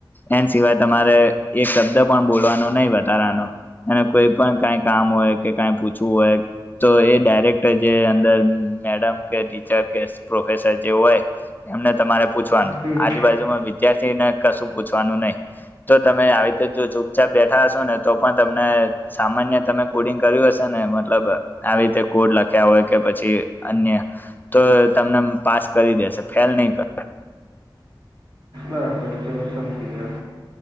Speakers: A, on the left; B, on the right.
A: એન સિવાય તમારે એક શબ્દ બોલવાનું નહી વધારાનું અને કોઈ પણ કઈ કામ હોય કે કઈ પૂછવું હોય તો એ પણ ડાયરેક્ટર જે અંદર મેડમ કે ટીચર કે પ્રોફેસર જે હોય એમને તમારે પૂછવાનું
B: હમ
A: આજુ બાાજુ વિદ્યાર્થીને કશું પૂછવાનું નહી તો તમે આવી તે જો જો ચા બેઠા હશો ને તો પણ તમને સામાન્ય તમે કોડિંગ કર્યું હશે ને મતલબ આવી રીતે કોડ લખ્યા હોય કે પછી અન્ય તો તમને પાસ કરી દેશે ફેલ નહી કર
B: બરાબર છે સમજી ગયા.